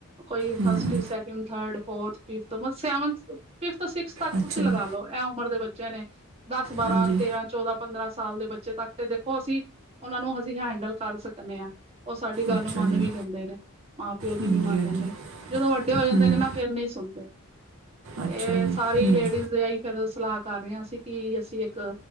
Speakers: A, on the right; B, on the right.
A: ਕੋਈ
B: ਹੂੰ
A: ਫਸਟ ਵਿੱਚ ਸੈਕਿੰਡ ਥਰਡ ਫੋਰਥ, ਫਿਫਥ ਮਤਲਬ ਸੈਵਨਥ, ਫਿਫਥ, ਸਿਕਸਥ ਤੱਕ
B: ਅੱਛਾ
A: ਤੁਸੀਂ ਲਗਾਲੋ
B: ਜੀ
A: ਇਹ ਉਮਰ ਦੇ ਬੱਚੇ ਨੇ। ਦਸ, ਬਾਰਾਂ,
B: ਹਾਂਜੀ
A: ਤੇਰਾਂ, ਚੌਦਾਂ ਪੰਦਰਾਂ ਸਾਲ ਦੇ ਬੱਚੇ ਤੱਕ ਤੇ ਦੇਖੋ ਅਸੀਂ ਉਹਨਾ ਨੂੰ ਅਸੀਂ ਹੈਂਡਲ ਕਰ ਸਕਦੇ ਆ। ਓ ਸਾਡੀ ਗੱਲ
B: ਅੱਛਾ
A: ਮੰਨ
B: ਜੀ
A: ਵੀ ਲੈਂਦੇ ਨੇ। ਮਾਂ-ਪਿਓ ਦੀ
B: ਹਾਂਜੀ
A: ਵੀ ਮੰਨ
B: ਹਾਂਜੀ
A: ਲੈਂਦੇ ਨੇ ਜਦੋਂ ਵੱਡੇ ਹੋ ਜਾਂਦੇ
B: ਹੂੰ
A: ਨੇ ਨਾ ਫੇਰ ਨੀ ਸੁਣਦੇ। ਤੇ
B: ਅੱਛਾ ਜੀ
A: ਸਾਰੀ
B: ਹੂੰ
A: ਲੇਡੀਜ਼ ਇਹੀ ਫੇਰ ਸਲਾਹ ਕਰ ਰੀਆਂ ਸੀ ਕਿ ਅਸੀਂ ਇੱਕ